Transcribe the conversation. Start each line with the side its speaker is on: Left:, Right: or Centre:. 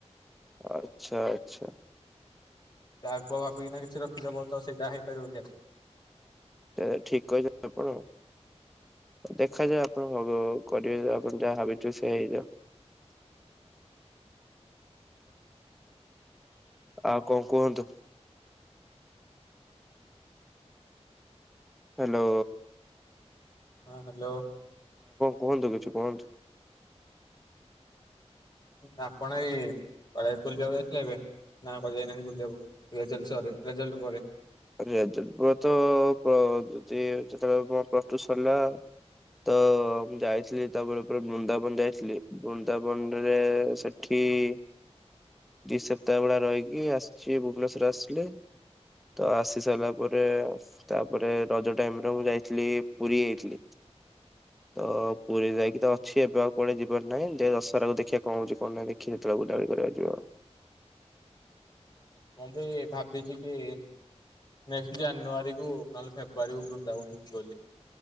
Centre: ଆଛା ଆଛା
Left: ଆଗ ଭାବିକିନା କିଛି ରଖିଦବ ତ ସେଇଟା ହେଇପାରିବ କି ଆଉ
Centre: ତାହେଲେ ଠିକ କହିଛନ୍ତି ଆପଣ ଦେଖାଯାଉ ଆପଣ ହ କରିବେ ଆପଣ ଯାହା ଭାବିଛୁ ସେୟା ହେଇଯାଉ।
Left: <inaudible>
Centre: ଆଉ କଣ କୁହନ୍ତୁ? ହାଲୋ
Left: ହଁ ହାଲୋ
Centre: କୁହନ୍ତୁ କିଛି କୁହନ୍ତୁ?
Left: ଆପଣ ଏଇ କୁଆଡ଼େ ବୁଲିିବାକୁ ଯାଇଥିଲେ ଏବେ ନା କୁଆଡ଼େ ଯାଇନାହାନ୍ତି ବୁଲିିବାକୁ? ରେଜଲ୍ଟ ସରେ ରେଜଲ୍ଟ ପରେ
Centre: ରେଜଲ୍ଟ ପ ତ ଯଦି ଯେତେବେଳେ ପ୍ଲସ ଟୁ ସରିଲା। ତ ମୁ ଯାଇଥିଲି, ତାପରେ ପୁର ବୃନ୍ଦାବନ ଯାଇଥିଲି ବୃନ୍ଦାବନ ରେ ସେଠି ଦି ଦି ସପ୍ତାହ ଭଳିଆ ରହିକି ଆସିଛି ଭୁବନେଶ୍ଵର ଆସିଲେ ତ ଆସି ସାରିଲା ପରେ, ତାପରେ ରଜ ଟାଇମରେ ମୁଁ ଯାଇଥିଲି ପୁରୀ ଯାଇଥିଲି।
Left: <inaudible>
Centre: ତ ପୁରୀ ଯାଇକି ତ ଅଛି ଏବେ ଆଉ କୁଆଡେ ଯିବାର ନାହିଁ। ଯେ ଦଶରାକୁ ଦେଖିବା କଣ ହଉଛି କଣ ନାହିଁ ଦେଖି ଯେତେବେଳେ ବୁଲାବୁଲି କ <unintelligible>
Left: ମୁଁ ବି ଭାବିଛି କି ନେକ୍ସଟ ଜାନୁଆରକୁ ନହେଲେ ଫେବୃଆରୀକୁ ବୃନ୍ଦାବନ ଯିବି ବୋଲି।